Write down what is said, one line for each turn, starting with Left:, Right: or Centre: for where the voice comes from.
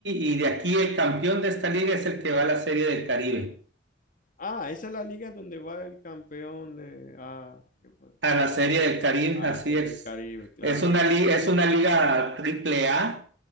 Right: y de aquí el campeón de esta liga es el que va a la Serie del Caribe.
Left: Ah, esa es la liga donde va el campeón de... Ah, qué bueno.
Right: A la Serie del Caribe,
Left: a
Right: así
Left: la Serie
Right: es.
Left: del Caribe, claro.
Right: Es una, li- es una liga triple A